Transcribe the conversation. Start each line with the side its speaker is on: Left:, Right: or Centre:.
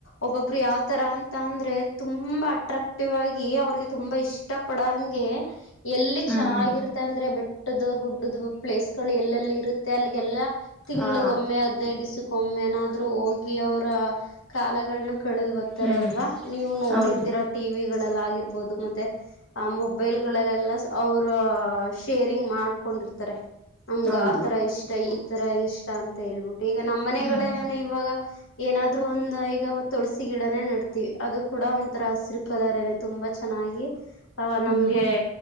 Left: ಒಬ್ಬೊಬ್ರು ಯಾವ್ ತರ ಅಂತ ಅಂದ್ರೆ ತುಂಬಾ ಅಟ್ರಾಕ್ಟಿವ್ ಆಗಿ ಅವ್ರಿಗೆ ತುಂಬಾ ಇಷ್ಟ ಪಡ ಹಂಗೆ ಎಲ್ಲಿ
Centre: ಹ್ಮ್
Left: ಚೆನ್ನಾಗಿರುತ್ತೆ ಅಂದ್ರರೆ ಬೆಟ್ಟದ್ದ ಗುಡ್ಡ್ದ ಪ್ಲೇಸ್ಗಳು ಎಲ್ಲೆಲ್ಲಿ ಇರುತ್ತೆ ಅಲ್ಲಿಗೆಲ್ಲ ತಿಂಗಳಿಗೊಮ್ಮೆ
Centre: ಹಾ
Left: ಹದ್ನೈದು ದಿವ್ಸಕ್ಕೊಮ್ಮೆ ಏನಾದ್ರು ಹೋಗಿ ಅವ್ರ ಕಾಲಗಳನ್ನ ಕಳಿದ್ ಬರ್ತಾರೆ
Centre: ಹ್ಮ್
Left: ಅಲ್ವಾ ನೀವು ನೋಡಿರ್ತೀರಾ
Centre: ಹೌದು
Left: ಟಿವಿ ಬಹುದು ಮ ಮೊಬೈಲ್ ಅವೇ್ ಮಾಡ ಹಕೊಂಡಿರ್ತಾರೆ ನಮ್ಗ
Centre: ಹೌದು
Left: ಆತರ ಇಷ್ಟ ಈ ತರ ಇಷ್ಟ ಅಂತ ಹೇಳ್ಬಿಟ್ಟು ಈಗ ನಮ್ಮ್ ಮನೆಗಳೆಲ್ಲನ
Centre: ಹ್ಮ್
Left: ಇವಾಗ ಏನಾದ್ರು ಒಂದ್ ಈಗ ತುಳಸಿ ಗಿಡನೇ ನಡ್ತಿೀವಿ ಅದು ಕೂಡ ಒಂಥರ ಹಸಿರು ಕಲರ್ನೆ ತುಂಬ ಚೆನ್ನ ಆ ನಮ್ಗೆ
Centre: ಹ್ಮ್